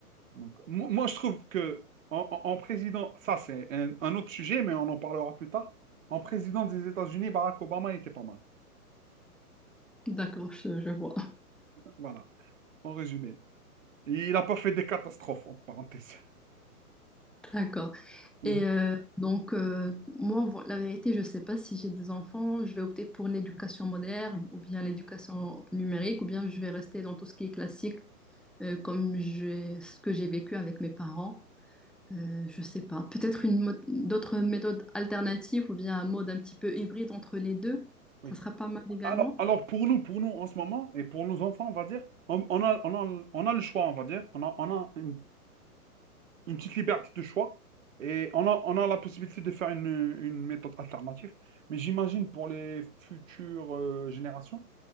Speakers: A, on the right; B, in the centre.
A: Donc, mo- moi, je trouve que en, en- en président, ça c'est un, un autre sujet, mais on en parlera plus tard. En président des États-Unis, Barack Obama était pas mal.
B: d'accord, je je vois.
A: Voilà, en résumé. Il n'a pas fait des catastrophes, en parenthèse.
B: D'accord.
A: Mhm.
B: Et euh, donc, euh, moi, vo- la vérité, je ne sais pas si j'ai des enfants, je vais opter pour l'éducation moderne ou bien l'éducation numérique ou bien je vais rester dans tout ce qui est classique euh, comme j'ai, ce que j'ai vécu avec mes parents. Euh, je ne sais pas. Peut-être une mo- d'autres méthodes alternatives ou bien un mode un petit peu hybride entre les deux.
A: Oui.
B: Ça sera pas mal également.
A: Alors, alors pour nous, pour nous en ce moment, et pour nos enfants, on va dire, on, on a, on a- on a le choix, on va dire. On a, on a une, une petite liberté de choix et on a, on a la possibilité de faire une, une méthode alternative. Mais j'imagine pour les futures euh, générations,